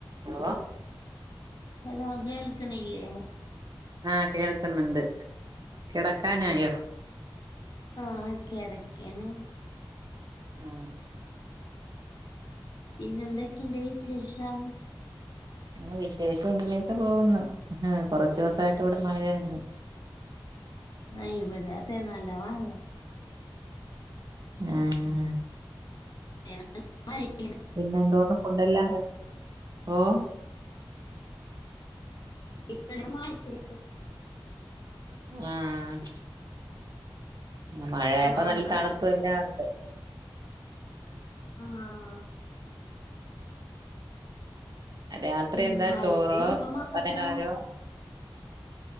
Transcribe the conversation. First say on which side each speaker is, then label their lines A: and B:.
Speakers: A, on the right; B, on the left.
A: Hello
B: hello കേൾക്കിണല്ലേ
A: ആഹ് കേൾക്കുന്നുണ്ട് കിടക്കാനായോ
B: ആ ക്കെട ക്കാണ്
A: ആ
B: പിന്നെ എന്തൊക്കെയുണ്ട് വിശേഷം
A: ആ വിശേഷം ഇങ്ങനെയൊക്കെ പോകുന്നു കൊറ ച്ച് ദിവസമായിട്ട് ഇവിടെ മഴ തന്ന
B: ആ ഇവിടെ അതെ നല്ല മഴ
A: ഉം
B: <unintelligible>
A: പിന്നെ എന്തോണ്ട് ഫുഡല്ലാ ഓ
B: <inaudible>
A: ആഹ മഴയായപ്പംനല്ല
B: ആഹ്
A: തണ്പ്പ് എല്ലാംണ്ട്
B: ആഹ ആഹ
A: രാത്രി
B: ഈ
A: എന്താ
B: മഴ
A: ചോറോ
B: പെയ്യുമ്പോ മാത്രം
A: പലഹാരോ